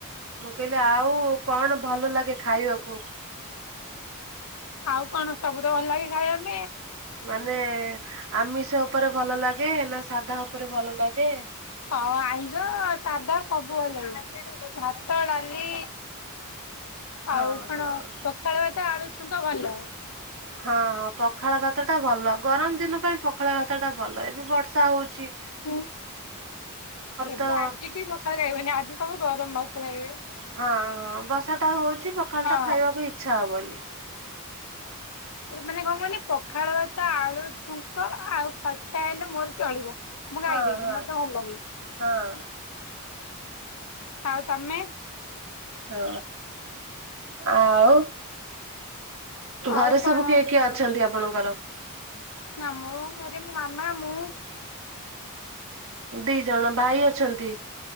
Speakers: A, on the right (about 60°); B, on the left (about 70°).
A: ମୁଁ କହିଲି ଆଉ କଣ ଭଲ ଲାଗେ ଖାଇବାକୁ?
B: ଆଉ କଣ ସବୁ ତ ଭଲ ଲାଗେ ଖାଇବାକୁ।
A: ମାନେ ଆମିଷ ଉପରେ ଭଲ ଲାଗେ ନା ସାଧା ଉପରେ ଭଲ ଲାଗେ?
B: ହଁ ଆଇଁଷ ସାଧା ସବୁ ଭଲ ଲାଗେ। ଭାତ, ଡାଲି
A: ହଁ
B: ଆଉ କଣ
A: ହଁ।
B: ପଖାଳ ଭାତ ଆଳୁ ଛୁଙ୍କ ଭଲ।
A: ହଁଁ ପଖାଳ ଭାତ ଟା ଭଲ ଗରମ୍ ଦିନ ପାଇଁ ପଖାଳ ଭାତ ଟା ଭଲ ଏବେ ବର୍ଷା ହଉଚି
B: ହୁଁ ଏବେ
A: ତ
B: ଆଜିି କେହି ପଖାଳ ଖାଇବେନି ଆଜି ସବୁ ଗରମ୍ ଭାତ ଖାଇବେ।
A: ହଁ- ହଁ ବର୍ଷା ଟା ହଉଚି ପଖାଳ
B: ହଁ
A: ଟା ଖାଇବାକୁ ଇଚ୍ଛା ହବନି।
B: ମାନେ କଣ କହିଲେ ପଖାଳ ଭାତ ଆଳୁ ଛୁଙ୍କ ଆଉ ଖଟା ହେଲେ ମୋର ଚଳିବ। ମୁଁ ଖାଇଦେବି
A: ହଁ -ହଁ
B: ମତେ ଭଲ ଲାଗେ
A: -ହଁ।
B: ଆଉ ତମେ?
A: ହଁ ଆଉ
B: ଆଉ
A: ଘରେ
B: କଣ
A: ସବୁ କିଏ କିଏ ଅଛନ୍ତି ଆପଣଙ୍କର?
B: ଆମ‌ ଘରେ ମାମା ମୁଁ
A: ଦି ଜଣ ଭାଇ ଅଛନ୍ତି।